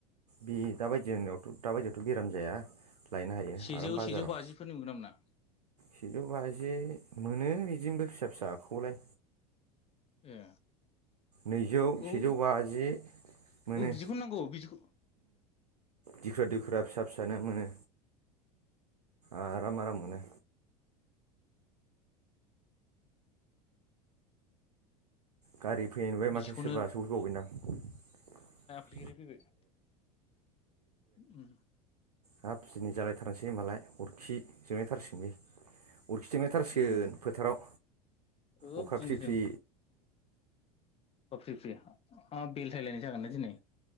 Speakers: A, on the right; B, on the left.
A: बे दाबायदिनावथ' दाबायदियावथ' बेराम जाया। लायनो हायो
B: सेजौ
A: आराम बाजाराव
B: सेजौ बाजिफोरनि मोनगोन ना मोना
A: सिजौ बाजि मोनो बिदिनोबो फिसा फिसाखौलाय।
B: ए।
A: नैजौ
B: औ
A: सेजौ बाजि मोनो।
B: औ बिदिखौनो नांगौ बिदिखौ
A: दिखुरा दिखुरा फिसा फिसानो मोनो। आराम आराम मोनो। गारि फैनाय नुबाय
B: बिदिखौनो
A: माथो सोरबा सोफैबावबायदां।
B: बेरायफैबाय ओम।
A: हाबनि जालायथारनोसै होमबालाय अरखि जोबायथारसिगोनबि। अरखि जोंलायथारसिगोन
B: ओम
A: फोथाराव
B: औ
A: अखा
B: दिनै
A: फ्रि फ्रि।
B: अ फ्रि फ्रि हा बेलथायलायनाय जागोनलै दिनै।